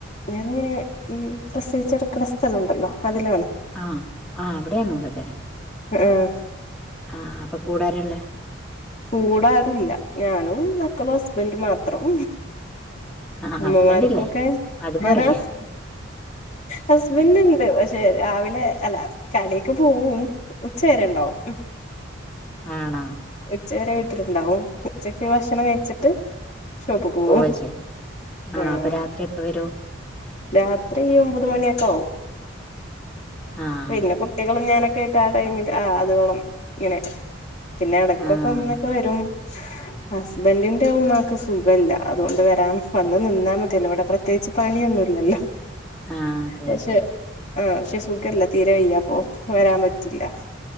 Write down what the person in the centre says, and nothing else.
ആഹ് ആ അവിടെയാണോള്ളത്.
ആഹ് അപ്പൊ കൂടാരാല്ലേ
ആഹ്
ഹസ്ബൻഡ്
ഇല്ലേ അത് പോരെ
ആണോ
പോവാ ചെയ്യാ ആണോ
അപ്പൊ രാത്രി എപ്പ വരും
ആഹ്
ആഹ്
ആഹ് അതെ
അതെ